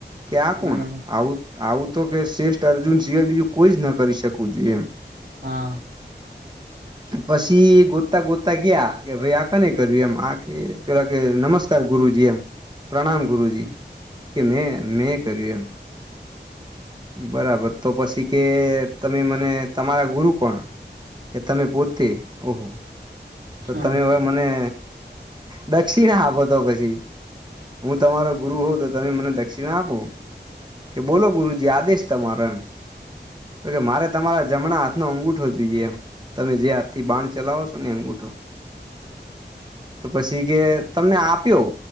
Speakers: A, on the right; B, on the right.
A: કે આ કોણ
B: બરાબર
A: આવું આવું તો કે શ્રેષ્ઠ અર્જુન સિવાય બીજું કોઈ જ ન કરી શકવું જોઈએ એમ.
B: હા.
A: પછી ગોતતા ગોતતા ગયા ભાઈ આ કોણે કર્યું એમ આ કે પેલા કે નમસ્કાર ગુરુજી એમ પ્રણામ ગુરુજી કે મેં મેં કર્યું એમ. બરાબર તો પછી કે તમે મને તમારા ગુરુ કોણ. કે તમે પોતે ઓહો તો
B: હા
A: તમે
B: હા
A: હવે મને દક્ષિણા આપો તો પછી હું તમારો ગુરુ હોઉં તો તમે મને દક્ષિણા આપો કે બોલો ગુરુ આદેશ તમારો એમ તો કે મારે તમારા જમણા હાથનો અંગુઠો જોઈએ એમ તમે જે હાથ થી બાણ ચલાવો છો ને એ અંગુઠો તો પછી કે તમને આપ્યો